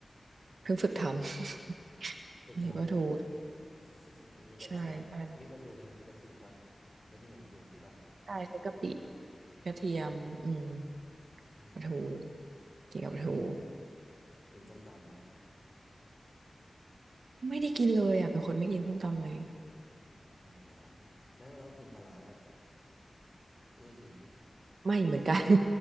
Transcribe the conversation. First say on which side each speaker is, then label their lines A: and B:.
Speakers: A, on the right; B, on the left.
A: เพิ่งฝึกทำ <laughs> น้ำ
B: สูตรจำด้วยเหรอน้ำพริก
A: พริกปลาทู
B: <laughs> น้ำพริกกะตำยากน้ำพริกปลาทูเป็นน้ำพริกกะปิปะ
A: ใช่ใช่
B: ก็จิ้มกับปลาทูอย่างนี้ปะ
A: ใช่ใช้กะปิกระเทียมอืม
B: อ่า
A: ปลาทูกินกับปลาทู
B: แล้วอย่างเงี้ยกินกินส้มตำปะ
A: ไม่ได้กินเลยอ่ะเป็นคนไม่กินส้มตำเลย
B: อ๋อแล้วเรากินปลาร้าปะล่ะก็ไม่กิน
A: ไม่เหมือนกัน